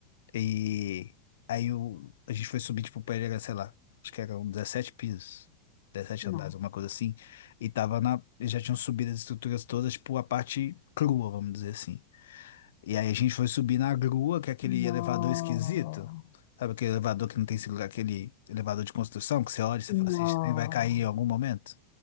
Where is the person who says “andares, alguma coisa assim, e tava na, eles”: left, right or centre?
Left